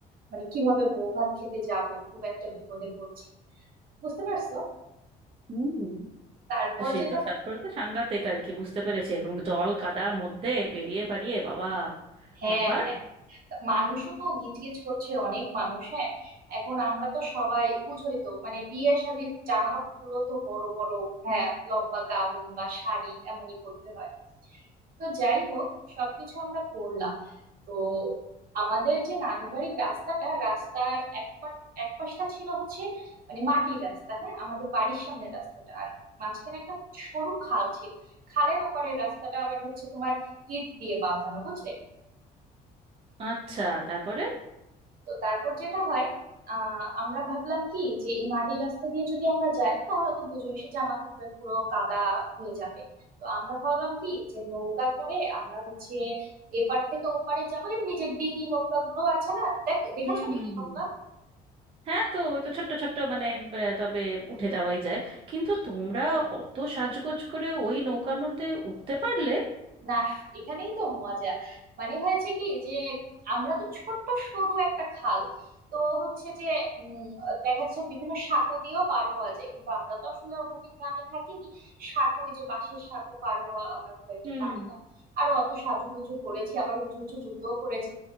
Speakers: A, on the right; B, on the right.
A: মানে কিভাবে বউ ভাত খেতে যাব খুব একটা বিপদে পড়ছি বুঝতে পারছো
B: হুম
A: তারপর
B: তো সে
A: যেটা
B: তো তারপরে তো সাংঘাতিক আর কি বুঝতে পেরেছি এবং জল কাদার মধ্যে পেরিয়ে পারিয়ে বাবা
A: হ্যাঁ
B: তারপর
A: হ্যাঁ তা মানুষও তো গিজগিজ করছে অনেক মানুষ হ্যাঁ এখন আমরা তো সবাই বুঝোই তো মানে বিয়ের সাথে জামা কাপড় গুলো তো বড় বড় হ্যাঁ লম্বা গাউন বা শাড়ি এমনই পরতে হয় তো যাই হোক সবকিছু আমরা করলাম তো আমাদের যে নানুবাড়ির রাস্তাটা রাস্তার এক পা- এক পাশটা ছিল হচ্ছে মানে মাটির রাস্তা হ্যাঁ আমাদের বাড়ির সামনের রাস্তাটা আর মাঝখানে একটা সরু খাল ছিল খালের ওপারের রাস্তাটা আবার হচ্ছে তোমার ইট দিয়ে বাঁধানো বুঝলে
B: আচ্ছা তারপরে
A: তো তারপর যেটা হয় আহ আমরা ভাবলাম কি যে এই মাটির রাস্তা দিয়ে যদি আমরা যাই তাহলে তো বুঝোই সে জামা কাপড়ে পুরো কাদা হয়ে যাবে তো আমরা ভাবলাম কি যে নৌকা করে আমরা হচ্ছে এপার থেকে ওপারে যাবো এমনি যে ডিঙি নৌকা গুলো আছে না দেখ দেখেছো
B: হুম
A: ডিঙি
B: হুম হুম
A: নৌকা
B: হ্যাঁ তো ওই তো ছোট্ট ছোট্ট মানে আহ, তবে উঠে যাওয়াই যায় কিন্তু তোমরা অত সাজগোজ করে ওই নৌকার মধ্যে উঠতে পারলে
A: না এখানেই তো মজা মানে হয়েছে কি যে আমরা তো ছোট্ট সরু একটা খাল তো হচ্ছে যে উম, দেখা যাচ্ছে বিভিন্ন সাঁকো দিয়েও পার হওয়া যায় কিন্তু আমরা তো আসলে ওভাবে গ্রামে থাকিনি সাঁকো ওই যে বাঁশের সাঁকো পার হওয়া আমরা খুব একটা
B: হুম
A: পারি না আর অত সাজুগুজু করেছি আবার উঁচু উঁচু জুতোও করেছি